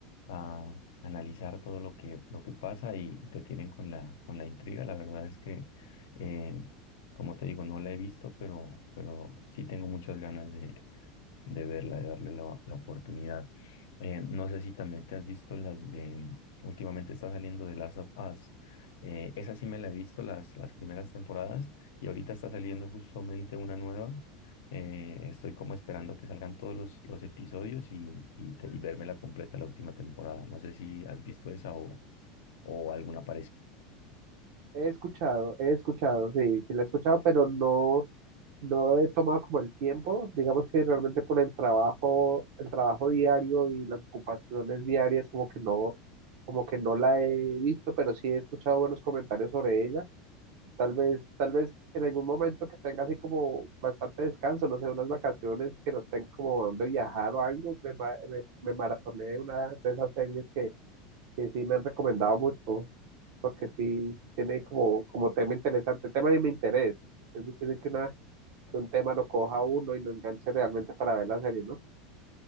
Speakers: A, on the left (about 85°); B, on the right (about 60°).
A: a analizar todo lo que, lo que pasa y, y te tienen con la, con la intriga. La verdad es que, eh, como te digo, no la he visto, pero, pero sí tengo muchas ganas de, de verla, de darle la, la oportunidad. Eh, no sé si también te has visto las de, últimamente está saliendo de Last of Us. Eh, esa sí me la he visto las, las primeras temporadas y ahorita está saliendo justamente una nueva. Eh, estoy como esperando que salgan todos los, los episodios y, y, te- y verme la completa la última temporada. No sé si has visto esa o, o alguna parecida.
B: He escuchado, he escuchado, sí, sí la he escuchado, pero no, no he tomado como el tiempo, digamos que realmente por el trabajo, el trabajo diario y las ocupaciones diarias, como que no, como que no la he visto, pero sí he escuchado buenos comentarios sobre ella Tal vez, tal vez en algún momento que tenga así como bastante descanso, no sé, unas vacaciones que no tenga como dónde viajar o algo, me, ma- me, me maratoné una de esas series que, que sí me han recomendado mucho, porque sí, sí tiene como, como tema interesante, tema de mi interés. Es difícil que, una, que un tema lo coja a uno y lo enganche realmente para ver la serie, ¿no?